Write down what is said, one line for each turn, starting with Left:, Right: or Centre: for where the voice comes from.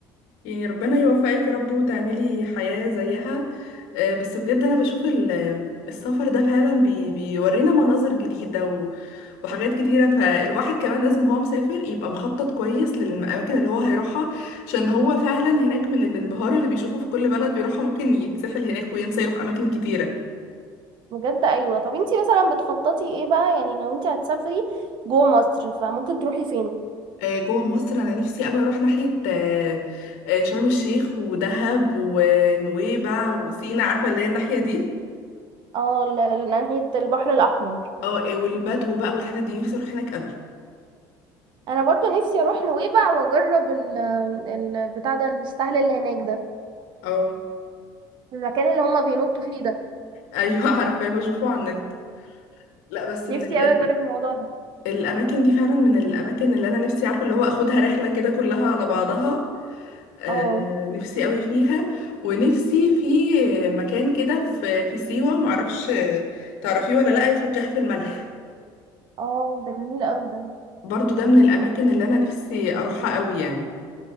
Left: يعني ربنا يوفقك يا رب وتعملي حياة زيها آه، بس بجد أنا بشوف ال- السفر ده فعلا بي بيورينا مناظر جديدة و وحاجات كتيرة فالواحد كمان لازم هو مسافر يبقى مخطط كويس للأماكن اللي هو هيروحها عشان هو فعلا هناك من الانبهار اللي بيشوفه في كل بلد بيروحها ممكن يتسحل هناك وينسى يروح أماكن كتيرة
Right: بجد ايوه طب انتي مثلا بتخططي ايه بقى يعني لو انتي هتسافري جوه مصر فممكن تروحي فين
Left: آه، جوه مصر أنا نفسي أوي أروح ناحية آه، آه، شرم الشيخ ودهب ونويبع وسينا عارفة اللي هي الناحية دي
Right: اه ل- ل- ناحيه البحر الاحمر
Left: اه إيه والبدو بقى والحتت دي نفسي اروح هناك قوي
Right: انا برضو نفسي اروح نويبع واجرب ال البتاع ده السهل اللي هناك ده
Left: اه
Right: المكان اللي هما بينطوا فيه ده
Left: ايوه <laughs> عارفه بشوفه على النت لا بس
Right: نفسي
Left: من ال...
Right: اوي اجرب
Left: ال-
Right: الموضوع ده
Left: الاماكن دي فعلا من الاماكن اللي انا نفسي عارفه اللي هو اخدها رحله كده كلها على بعضها آه
Right: اه
Left: نفسي قوي فيها ونفسي في مكان كده في في سيوه معرفش تعرفيه ولا لا اسمه كهف الملح
Right: اه ده جميل قوي ده
Left: برضو ده من الاماكن اللي انا نفسي اروحها قوي يعني